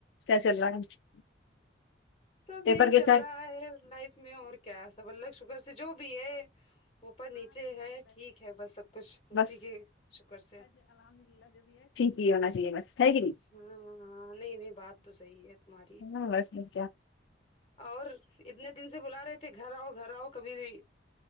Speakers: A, on the left (about 80°); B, on the left (about 35°).
A: کیا چل رہا ہے
B: سب
A: پیپر
B: یہی
A: کے
B: چل
A: ساتھ
B: رہا ہے لائف میں اور کیا سا بل شوگر سے جو بھی ہے وہ پر نیچے ہے ٹھیک ہے بس سب کچھ اسی
A: بس
B: کے شکر سے
A: یہ ہونا چاہیے بس ہے کہ نہیں
B: ہاں ہاں نہیں نہیں بات تو صحیح ہے تمہاری
A: ہ بسم کیا
B: اور اتنے دن سے بلا رہے تھے گھر آؤ گھر آؤ کبھی بھی